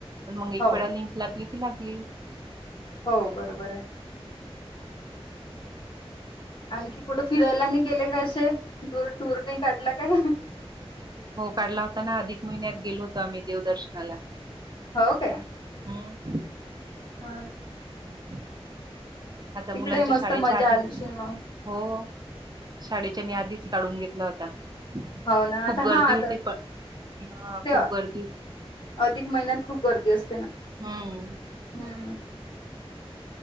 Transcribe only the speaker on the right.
मग
एक वेळा लिंक लागली की लागली.
हो काढला होता ना अधिक महिन्यात गेलो होतो, आम्ही देवदर्शनाला.
हम्म.
<inaudible> आता
मुलांच्या
शाळेच्या
आधी,
हो शाळेच्या नी आधी काढून घेतला होता. खूप
गर्दी
होती पण, हा
खूप गर्दी
हम्म.